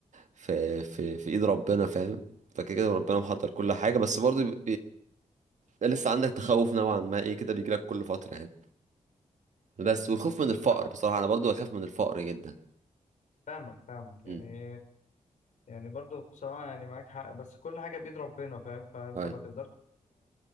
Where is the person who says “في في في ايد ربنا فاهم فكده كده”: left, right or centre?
Right